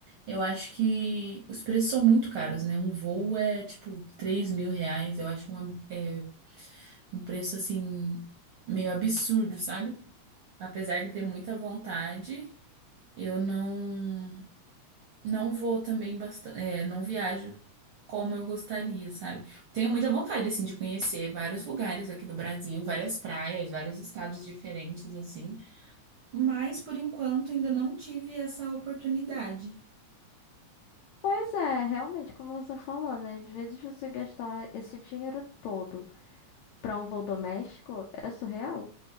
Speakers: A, on the right; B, on the left.
A: eu acho que os preços são muito caros, né? Um voo é tipo três mil reais, eu acho uma- é, um preço assim meio absurdo, sabe? Apesar de ter muita vontade, eu não não vou também bastante, não viajo como eu gostaria, sabe? Tenho muita vontade, assim, de conhecer vários lugares aqui do Brasil, várias praias, vários estados diferentes, assim. Mas, por enquanto, ainda não tive essa oportunidade.
B: Pois é, realmente, como você falou, né? Às vezes você gastar esse dinheiro todo para um voo doméstico é surreal.